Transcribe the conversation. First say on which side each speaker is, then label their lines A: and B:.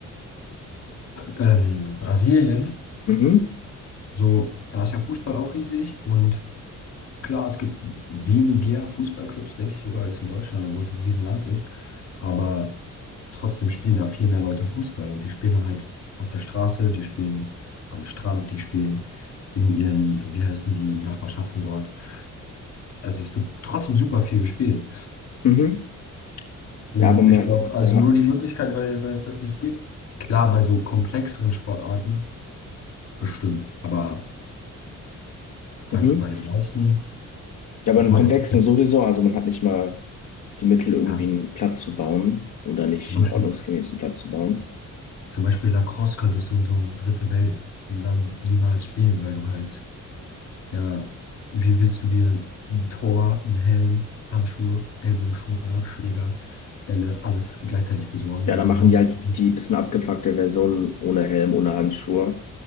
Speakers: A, on the left; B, on the left.
A: Ähm, Brasilien,
B: Mhm.
A: so, da ist ja Fußball auch riesig und klar, es gibt weniger Fußballclubs, denke ich sogar, als in Deutschland, obwohl es ein Riesenland ist. Aber trotzdem spielen da viel mehr Leute Fußball und die spielen dann halt auf der Straße, die spielen am Strand, die spielen in ihren, wie heißen die, Nachbarschaften dort. Also es wird trotzdem super viel gespielt.
B: Mhm.
A: Hm,
B: Ja, aber man,
A: Ich glaube, also
B: ja.
A: nur die Möglichkeit, weil, weil es das nicht gibt. Klar, bei so komplexeren Sportarten bestimmt, aber also
B: Mhm.
A: bei den meisten.
B: Ja, aber
A: Obwohl,
B: in Komplexen
A: das ist ja,
B: sowieso, also man hat nicht mal die Mittel, irgendwie
A: ja,
B: einen Platz zu bauen oder nicht
A: zum Beispiel,
B: einen ordnungsgemäßen Platz zu bauen.
A: zum Beispiel Lacrosse könntest du in so einem dritte Weltland niemals spielen, weil du halt, ja, wie willst du dir ein Tor, einen Helm, Handschuhe, Ellbogenschoner, Schläger, Bälle, alles gleichzeitig besorgen
B: Ja,
A: und
B: dann
A: dann
B: machen
A: lohnt
B: die halt
A: es sich nicht.
B: die bisschen abgefuckte Version ohne Helm, ohne Handschuhe